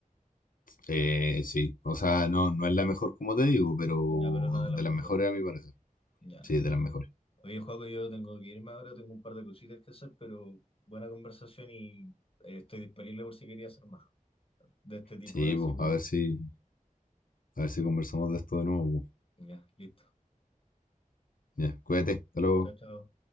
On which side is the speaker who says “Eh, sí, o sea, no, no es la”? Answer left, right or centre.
Left